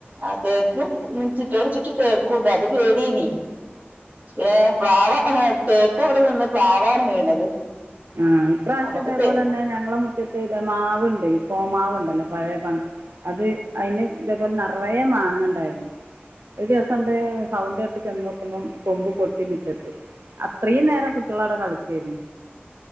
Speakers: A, on the right; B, on the right.
A: ആ തേക്ക് ഉം ചുറ്റൊട് ചുറ്റും തേക്കുംണ്ട് അത് പേടിയെനി ഏഹ് പ്ലാവ് ആഹ് തേക്ക് അവിടെ നിന്ന് പ്ലാവാണ് വീണത്
B: ആഹ് ഇപ്രാവശ്യം
A: നമുക്ക്
B: ഇതേപോലെന്നെ
A: തേ
B: ഞങ്ങളെ മുറ്റത്ത് മാവ്ണ്ട് കോമാവ്ണ്ടല്ലോ പഴെ പ അത് അതിന് ഇതേപോലെ നറയെ മാങ്ങണ്ടായിന്നു ഒര് ദിവസണ്ട് സൗണ്ട് കേട്ട് ചെന്ന് നോക്കുമ്പോം കൊമ്പ് പൊട്ടി മുറ്റത്ത് അത്രീം നേരം കുട്ടികള അവിടെ കളിക്കെയ്ന്നു